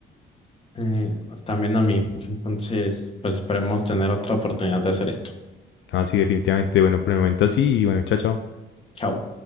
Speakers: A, on the left; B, on the left.
A: Eh, también a mí. Entonces, pues esperemos tener otra oportunidad de hacer esto.
B: Así definitivamente. Bueno, por el momento así y bueno, chao, chao.
A: Chao.